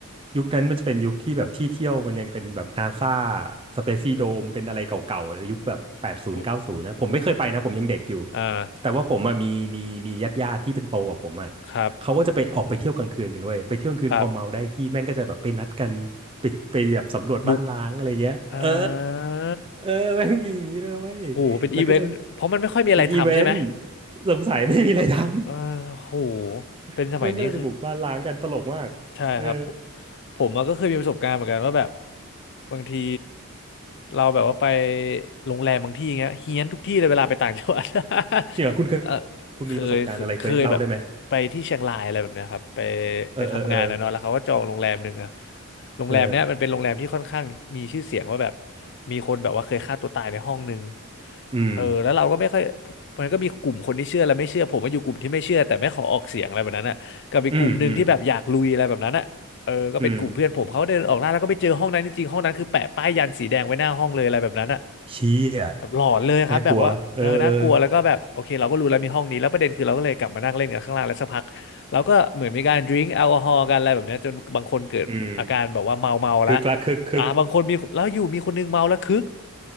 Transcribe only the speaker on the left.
โอ้โหอ่า
ครับ
ครับ
บุกอ่า
โหเป็นอีเวนต์เพราะมันไม่ค่อยมีอะไรทำใช่ไหม
อ่าโหเป็นสมัยนี้คือ
ใช่ครับผมผมอะก็เคยมีประสบการณ์เหมือนกันว่าแบบบางทีเราแบบว่าไปโรงแรมบางที่เงี้ยเฮี้ยนทุกที่เลยเวลาไปต่างจังหวัด <laughs>
เออ
เคยเคยเคยแบบไปที่เชียงรายอะไรแบบเนี้ยครับไป
ไปทำงานนะเนาะแล้วเขาก็จองโรงแรมหนึ่งอะโรงแรมเนี้ยมันเป็นโรงแรมที่ค่อนข้างมีชื่อเสียงว่าแบบ
มีคนแบบว่าเคยฆ่าตัวตายในห้องหนึ่ง
เออแล้วเราก็ไม่ค่อยมันก็มีกลุ่มคนที่เชื่อและไม่เชื่อผมว่าอยู่กลุ่มที่ไม่เชื่อแต่ไม่ขอออกเสียงอะไรแบบนั้นอะ กับอีกกลุ่มหนึ่งที่แบบอยากลุยอะไรแบบนั้นอ่ะเออก็เป็นกลุ่มเพื่อนผมเขาเดินออกล่าแล้วก็ไปเจอห้องนั้นจริงๆห้องนั้นคือแปะป้ายยันสีแดงไว้หน้าห้องเลยอะไรแบบนั้นอ่ะ
แบบหลอนเลยครับแบบว่าเออน่ากลัวแล้วก็แบบโอเคเราก็รู้แล้วมีห้องนี้แล้วประเด็นคือเราก็เลยกลับมานั่งเล่นกันข้างล่างแล้วสักพักเราก็เหมือนมีการดื่มแอลกอฮอล์กันอะไรแบบเนี้ยจนบางคนเกิดอาการแบบว่าเมาเมาแลว
อ่าบางคนมีแล้วอยู่มีคนนึงเมาแล้วคึก